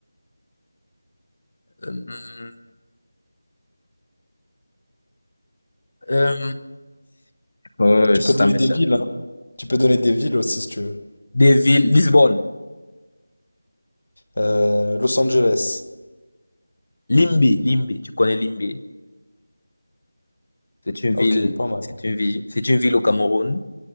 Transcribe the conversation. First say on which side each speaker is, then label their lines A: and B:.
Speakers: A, on the left; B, on the left.
A: euh, euh, euh,
B: Tu
A: ça
B: peux donner
A: m'échappe.
B: des villes, hein. Tu peux donner des villes aussi si tu veux.
A: Des villes, Lisbonne,
B: Euh, Los Angeles.
A: Limbé, Limbé, tu connais Limbé. C'est une
B: Ok,
A: ville,
B: pas mal.
A: c'est une ville, c'est une ville au Cameroun.